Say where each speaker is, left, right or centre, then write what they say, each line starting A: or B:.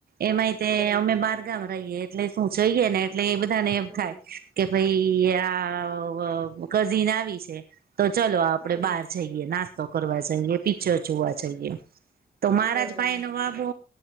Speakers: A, on the right (about 75°); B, on the right (about 20°).
A: એમાંય તે
B: બરાબર
A: અમે બારગામ રહીએ એટલે શું, જઈએ ને એટલે એ બધા ને એમ
B: હમ
A: થાય કે ભઈ આ અ કઝિન આવી છે, તો ચલો આપડે
B: હમ
A: બહાર જઈ એ નાસ્તો કરવા જાઈએ, પિક્ચર જોવા જઈએ તો મારા
B: બરાબર
A: જ ભાઈ નો <unintelligible> તો